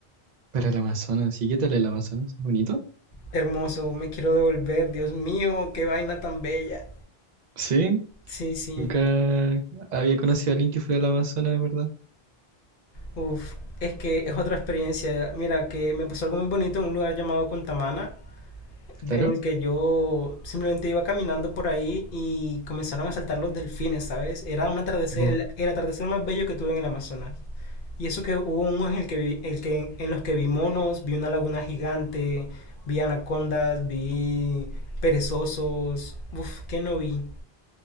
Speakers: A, on the right; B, on the left.
A: Para el Amazonas. ¿Y qué tal el Amazonas? ¿Es bonito?
B: Hermoso, me quiero devolver, Dios mío, qué vaina tan bella.
A: Sí.
B: Sí, sí.
A: Nunca había conocido a alguien que fuera al Amazonas, de verdad.
B: Uf, es que es otra experiencia. Mira, que me pasó algo muy bonito en un lugar llamado Contamana. en
A: Claro.
B: el que yo simplemente iba caminando por ahí y comenzaron a saltar los delfines, ¿sabes? Era un atardecer,
A: Oh,
B: el, el atardecer más bello que tuve en el Amazonas. Y eso que hubo unos en el que vi- el que en los que vi monos, vi una laguna gigante, vi anacondas, vi perezosos, uf, que no vi.